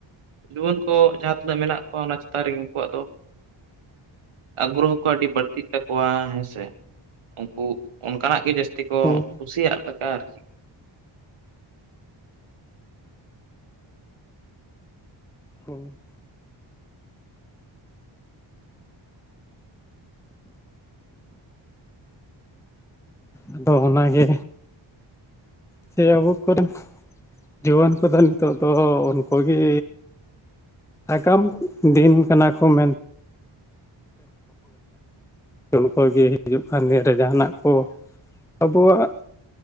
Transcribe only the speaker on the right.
ᱡᱩᱣᱟᱹᱱ ᱠᱚ ᱡᱟᱦᱟᱸ ᱛᱤᱱᱟᱹᱜ ᱢᱮᱱᱟᱜ ᱠᱚᱣᱟ ᱚᱱᱟ ᱪᱮᱛᱟᱱ ᱨᱮᱜᱮ ᱩᱱᱠᱩᱣᱟᱜ ᱫᱚ ᱟᱜᱨᱚ ᱦᱚᱸ ᱟᱹᱰᱤ ᱵᱟᱹᱲᱛᱤᱜ ᱛᱟᱠᱚᱣᱟ ᱦᱮᱸᱥᱮ ᱩᱱᱠᱩ ᱚᱱᱠᱟᱱᱟᱜ ᱜᱮ ᱡᱟᱹᱥᱛᱤ ᱛᱮ ᱠᱚ
ᱠᱩᱥᱤᱭᱟᱜ ᱞᱮᱠᱟ ᱟᱨ ᱠᱤ